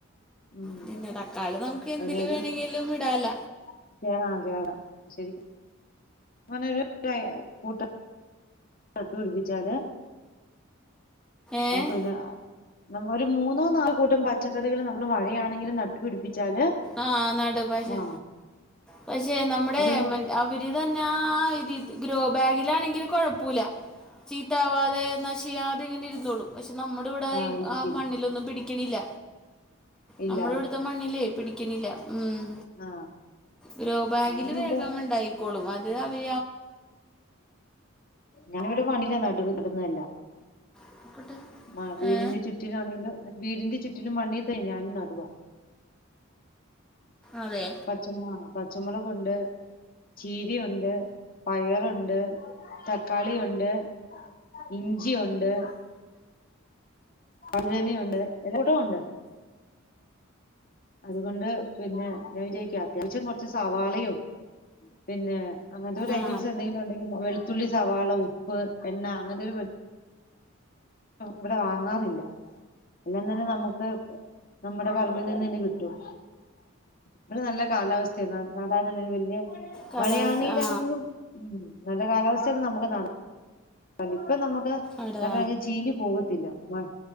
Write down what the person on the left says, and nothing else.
ഉം
അതിനൊരു
<unintelligible> <unintelligible> നട്ട്പിടിപ്പിച്ചാല്
നമുക്കെന്നെ നമ്മ ഒരു മൂന്നോ നാല് കൂട്ടം പച്ചക്കറികള് നമ്മള് മഴയാണെങ്കിലും നട്ടുപിടിപ്പിച്ചാല്
ആ
ഒരു
ആ ഇരിക്കും
ഇല്ല
ആ
ഞാനിവിടെ
ഞാനിവിടെ പണില്ല <unintelligible>
ആഹ വീടിന്റെ
ചുറ്റിലാണെങ്കിലും വീടിന്റെ ചുറ്റിലും മണ്ണിട്ട് തൈ നടുവാ
പച്ചമുള പച്ചമുളകുണ്ട് ചീരി ഉണ്ട് പയറുണ്ട് തക്കാളിയുണ്ട് ഇഞ്ചിയുണ്ട് വഴുതനയുണ്ട് എല്ലോടം ഉണ്ട് അതുകൊണ്ട് പിന്നെ ഞാൻ വിചാരിക്ക അത്യാവശ്യം കുറച്ച് സവാളയും പിന്നെ അങ്ങനത്തെ ഒരു
ഐറ്റംസ് എന്തെങ്കിലും ഉണ്ടെങ്കിൽ വെളുത്തുള്ളി സവാള ഉപ്പ് എണ്ണ അങ്ങനത്തെ ഒരു വിടെ വാങ്ങാറില്ല എല്ലാം തന്നെ നമുക്ക് നമ്മുടെ പറമ്പിന് നിന്ന് തന്നെ കിട്ടും ഇവിടെ നല്ല കാലാവസ്ഥയാണ് നടാനാണെങ്കിൽ വല്യ
മഴയാണെങ്കിലും
ഉം, നല്ല കാലാവസ്ഥയാണെ നമുക്ക് നടാ കാരണം ഇപ്പ നമ്മക്ക് <unintelligible>
ചീഞ്ഞ് പോവത്തില്ല, മഴ